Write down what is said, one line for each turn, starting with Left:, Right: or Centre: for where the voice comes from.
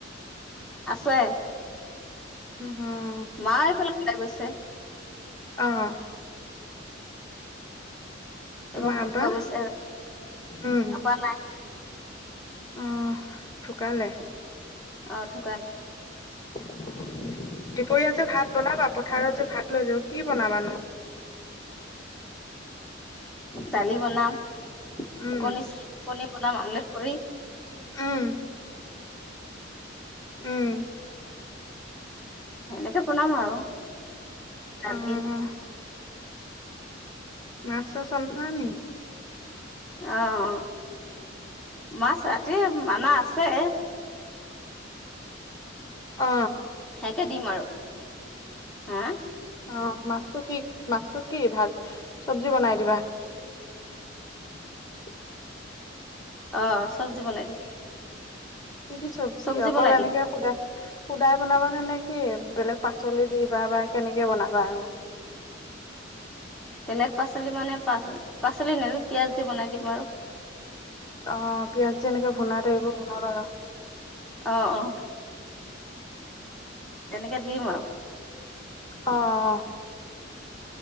Centre: আছে
Left: অ
Centre: মায় এইফালে ওলাই গৈছে
Left: অ' তোমাৰ
Centre: এইবা ফুৰিব
Left: আব্বা
Centre: গৈছে
Left: উম
Centre: আব্বা নাই
Left: অ' ঢুকালে
Centre: উ আহ ঢুকাল
Left: অ দুপৰীয়া যে ভাত বনাবা পথাৰত যে ভাত লৈ যাব কি বনাবা নো
Centre: দালি বনাম
Left: উম
Centre: কণী কণী বনাম আমলেট কৰি
Left: উম। উম
Centre: এনেকে বনাম আৰু দালি
Left: অ' মাছ <unintelligible> নেকি
Centre: অ' মাছ ৰাতি মানা আছে
Left: অ
Centre: সেইয়াকে দিম আৰু হা
Left: অ' মাছটো কি মাছটো কি ভাত চব্জি বনাই দিবা <unintelligible>
Centre: অ' চব্জি বনাই দিম
Left: স দিছো কি
Centre: চব্জি
Left: অকল
Centre: বনাই
Left: এনেকে
Centre: দিম
Left: সুধা সুদাই বনাবা নে নে কি বেলেগ পাচলি দিবা বা কেনেকে বনাবা আৰু <unintelligible>
Centre: বেলেগ পাচলি মানে পা পাচলি ন পিয়াজ দি বনাই দিব আৰু
Left: অ পিয়াজ যে এনেকে ভুনা ত এইবোৰ বনাব আৰু
Centre: আহ অ এনেকে দিম আৰু
Left: অ'